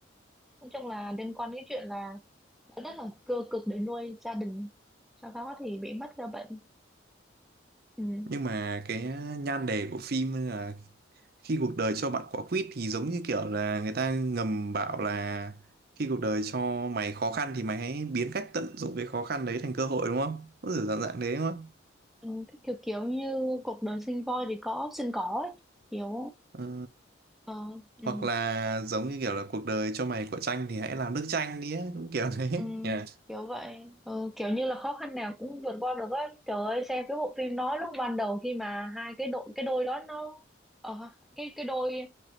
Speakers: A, in the centre; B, on the right.
A: nói chung là liên quan đến chuyện là đã rất là cơ cực để nuôi gia đình sau đó thì bị mất ra bệnh ừ.
B: nhưng mà cái nhan đề của phim là khi cuộc đời cho bạn quả quýt thì giống như kiểu là người ta ngầm bảo là khi cuộc đời cho mày khó khăn thì mày hãy biến cách tận dụng cái khó khăn đấy thành cơ hội đúng không? Có kiểu dạng dạng thế đúng không?
A: Ừ, cái kiểu kiểu như cuộc đời sinh voi thì có sinh cỏ ấy kiểu
B: Ờ,
A: ờ ừ.
B: hoặc là giống như kiểu là cuộc đời cho mày quả chanh thì hãy làm nước chanh đi á cũng kiểu thế
A: Ừ,
B: nha
A: kiểu vậy ừ, kiểu như là khó khăn nào cũng vượt qua được á trời ơi xem cái bộ phim đó lúc ban đầu khi mà hai cái đội cái đôi đó nó ờ, cái cái đôi